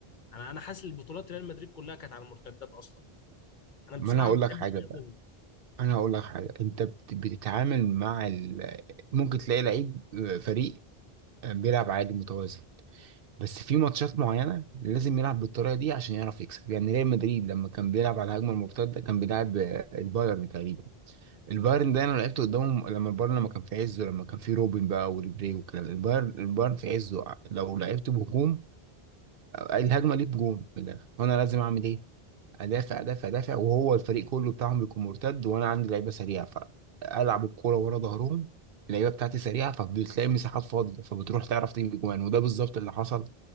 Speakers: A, on the left; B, on the right.
A: انا انا حاسس البطولات ريال مدريد كلها كانت على المرتدات اصلا انا بصراحه
B: ما انا هقول
A: ما
B: لك
A: بحبش
B: حاجه
A: لعبهم
B: انا اقول لك حاجه انت بت- بتتعامل مع ال... ممكن تلاقي لعيب آه، فريق آه، بيلعب عادي متوازن بس في ماتشات معينه لازم يلعب بالطريقه دي عشان يعرف يكسب يعني ريال مدريد لما كان بيلعب على الهجمه المرتده كان بيلعب آه، البايرن تقريبا البايرن ده انا لعبت قدامهم لما البايرن لما كان في عزه لما كان في روبن بقى وريبري والكلام ده. البايرن البايرن في عزه لو لعبت بهجوم الهجمه ليك جون من الاخر وانا لازم اعمل ايه ادافع ادافع ادافع وهو الفريق كله بتاعهم بيكون مرتد وانا عندي لعيبه سريعه فالعب الكوره ورا ظهرهم اللعيبه بتاعتي سريعه فبتلاقي مساحات فاضيه فبتروح تعرف تجيب جوان وده بالظبط اللي حصل